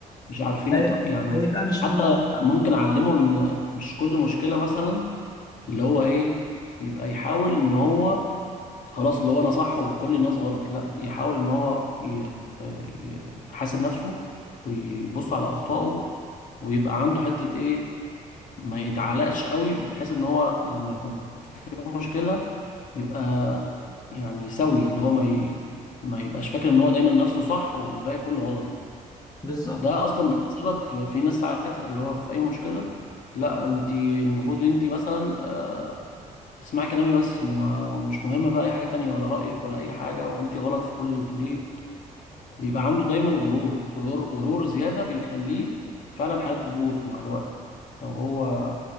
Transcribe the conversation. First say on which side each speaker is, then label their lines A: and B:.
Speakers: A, on the left; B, on the left.
A: مش عارفين
B: ف-
A: يط- يعني
B: فيبقى مش
A: حتى
B: م-
A: ممكن اعلمه ان مش كل مشكله مثلا اللي هو ايه يبقى يحاول ان هو خلاص اللي هو انا صح وكل الناس غلط لا يحاول ان هو ي... ي- يحاسب نفسه ويبص على اخطائه ويبقى عنده حته ايه ما يتعلقش قوي بحيث ان هو لما يكون مشكلة يبقى يعني سوي اللي هو ما ي... ما يبقاش فاكر ان هو دايما نفسه صح والباقي كله غلط
B: بالظبط
A: ده اصلا بيبقى سبب في, في ناس ساعات اللي هو في اي مشكلة لا انت المفروض انت مثلا آه، تسمعي كلامي بس مو- مش مهم بقى اي حاجة تانية ولا رأيك ولا اي حاجة وانت غلط في كل اللي بتقوليه بيبقى عنده دايما غرور غرور غرور زيادة بيخليه فعلا حياته تبوظ مع الوقت لو هو